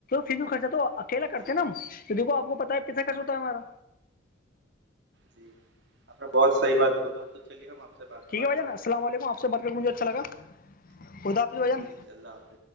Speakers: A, on the left; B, on the right.
A: فھر خرچہ تو کھیلا کرتے
B: جی
A: ہیں نا ہم تو دھو آپ کو پتا ہے پتس کس ہوتا ہے ہمارا
B: جی آپ نے بہت صحیح بات بولا تو چلیے ہم آپ سے بعد میں
A: ٹھیک
B: بات
A: ہے بھائین
B: کرتے
A: السلام
B: ہیں، اللہ
A: علیکم
B: حافظ
A: آپ سے بات کر کے مجھے اچھا لا بدا آپج بھن
B: جی جی اللہ حافظ